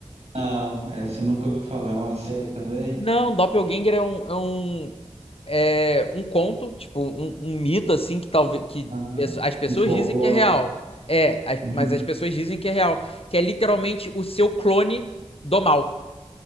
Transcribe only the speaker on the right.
Não, essa eu nunca ouvi falar. É uma série também?
Aham.
Um folclore.
Uhum.